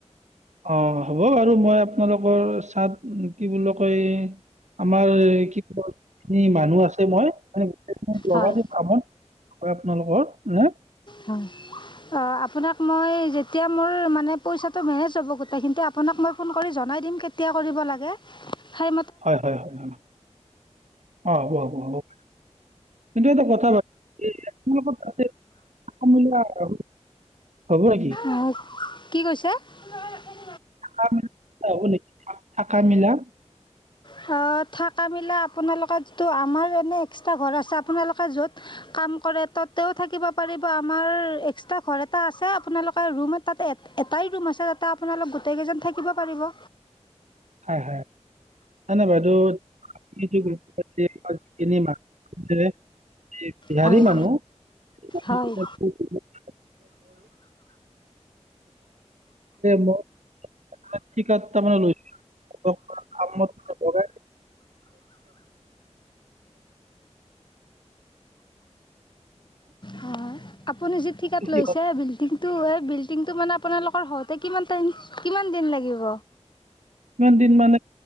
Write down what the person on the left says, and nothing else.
হয়
অঁ অঁ আপোনাক মই যেতিয়া মোৰ মানে পইচাটো মেনেজ হ'ব গোটেই খিনি আপোনাক মই ফোন কৰি জনাই দিম কে তিয়া কৰিব লাগে সেই
আহ, কি কৈছে? <unintelligible>
সা থাকা মেলা আপোনালোকৰ যিটো আমাৰ এনে এক্সট্ৰা ঘৰ আছে আপোনালোকে য'ত কাম কৰে ততেও থাকিব পাৰিব আমাৰ এক্সট্ৰা ঘৰ এটা আছে আপোনালোকে ৰুম তাত এ এটাই ৰুম আছে তাতে আপোনালোক গোটেইকেইজন থাকিব পাৰিব।
হয়
হয়
হয় আপুনি যি ঠিকাত
লৈছে <unintelligible> কিন্তু এই বিল্ডিংটো মানে আপোনালোকৰ হওঁতে কিমান টাইম, কিমান দিন লাগিব?